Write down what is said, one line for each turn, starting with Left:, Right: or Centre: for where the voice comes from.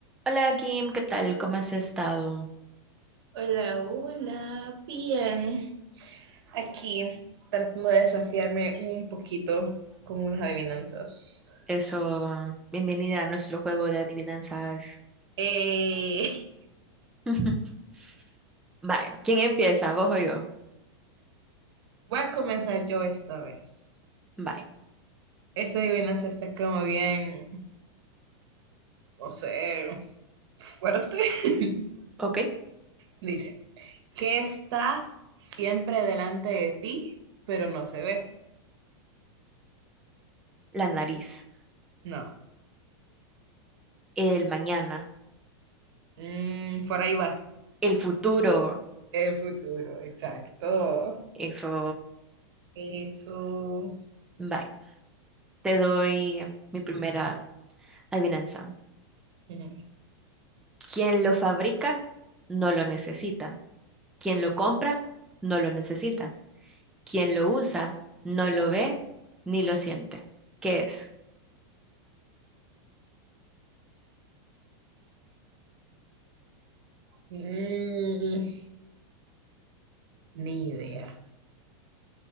Centre: Hola Kim, ¿qué tal? ¿Cómo has estado?
Right: Hola, hola, bien. Aquí tratando de desafiarme un poquito con unas adivinanzas.
Centre: Eso, bienvenida a nuestro juego de adivinanzas.
Right: Eh,
Centre: <laughs> Vale, ¿quién empieza? ¿Vos o yo?
Right: <laughs> Voy a comenzar yo esta vez.
Centre: Vale,
Right: Esta adivinanza está como bien, no sé, fuerte. <laughs>
Centre: ok.
Right: Dice, ¿qué está siempre delante de ti, pero no se ve?
Centre: La nariz,
Right: No.
Centre: el mañana,
Right: Mm, por ahí vas.
Centre: el futuro.
Right: El futuro, exacto.
Centre: Eso,
Right: Eso.
Centre: vale. Te doy mi primera adivinanza.
Right: Ujú.
Centre: Quien lo fabrica no lo necesita. Quien lo compra no lo necesita. Quien lo usa no lo ve ni lo siente. ¿Qué es?
Right: Mm, ni idea.